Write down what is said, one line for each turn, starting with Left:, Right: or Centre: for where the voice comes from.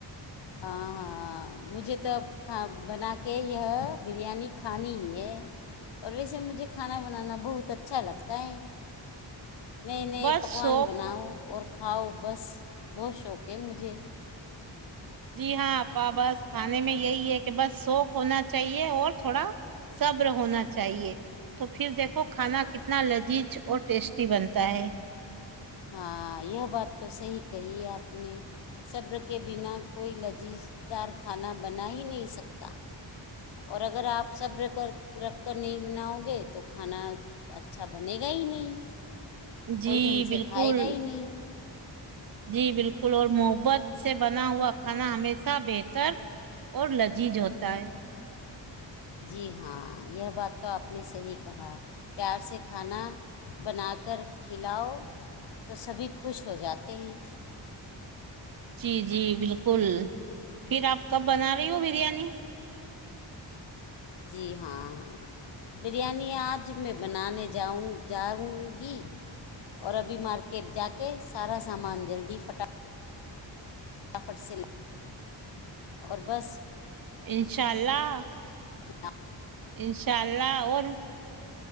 Left: ہاں ہاں مجھے تو اب کھ بنا کے یہ بریانی کھانی ہی ہے اور ویسے مجھے کھانا بنانا بہت اچھا لگتا ہے نئے نئے
Right: بس
Left: پکوان
Right: سو
Left: بناؤ اور کھاؤ بس بہت شوق ہے مجھے
Right: جی ہاں اا بس کھانے میں یہی ہے کہ بس سوق ہونا چاہیے اور تھوڑا صبر ہونا چاہیے تو پھر دیکھو کھانا کتنا لذیذ اور ٹیسٹی بنتا ہے
Left: ہاں یہ بات تو صحیح کہیے آپ سبر کے بنا کوئی لذیذ دار کھانا بنا ہی نہیں سکتا اور اگر آپ سب کر رکھ کر نہیں بناؤ گے تو کھانا اچھا بنے گا ہی نہیں
Right: جی
Left: کوئی ڈھنگ سے
Right: بالکل
Left: کھائے گا ہی نہیں
Right: جی بالکل اور محبت سے بنا ہوا کھانا ہمیشہ بہتر اور لذیذ ہوتا ہے
Left: جی ہاں یہ بات تو آپ نے صحیح کہا پیار سے کھانا بنا کر کھلاؤ تو سبھی خوش ہو جاتے ہیں
Right: جی جی بالکل پھر آپ کب بنا رہی ہو بریانی
Left: جی ہاں ہاں بریانی آج میں بنانے جاؤں جاؤں گی اور ابھی مارکیٹ جا کے سارا سامان جلدی پھٹا مٹافٹ سے ل اور بس
Right: انشاء اللہ
Left: ہ
Right: انشاء اللہ اور